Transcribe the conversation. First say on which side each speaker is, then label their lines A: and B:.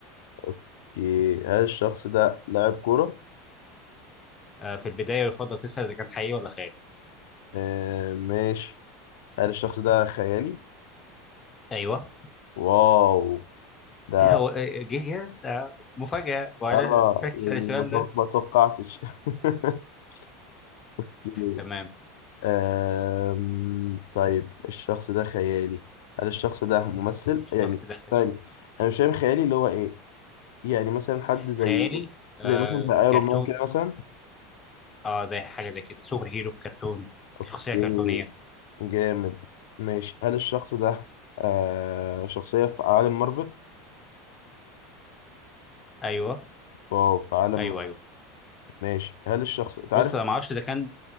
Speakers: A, on the left; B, on the left.
A: اوكي هل الشخص ده لاعب كورة؟
B: آه في البدايه يفضل تسال اذا كان حقيقي ولا خيالي
A: آه ماشي هل الشخص ده خيالي؟
B: ايوه
A: واو ده
B: <laughs> هو جه يس آه، مفاجأة وعلى
A: اه
B: فاكس
A: يعني
B: على السؤال
A: ما تو-
B: ده
A: ما توقعتش <laughs> أوكي.
B: تمام
A: آم، طيب الشخص ده خيالي هل الشخص ده ممثل؟
B: الشخص
A: يعني
B: ده خ-
A: ثاني انا مش فاهم خيالي اللي هو ايه؟ يعني مثلا حد زي
B: خيالي آه
A: زي مثلا زي ايرون
B: كرتون
A: مان كده مثلا
B: اه زي حاجة زي كده سوبر هيرو كرتون
A: اوكي
B: شخصية كرتونية
A: جامد ماشي هل الشخص ده آه شخصية في عالم مارفل؟
B: ايوه
A: واو في عالم
B: ايوه
A: مارفل.
B: ايوه
A: ماشي هل الشخص أنت عارف
B: بص انا ما اعرفش ده كان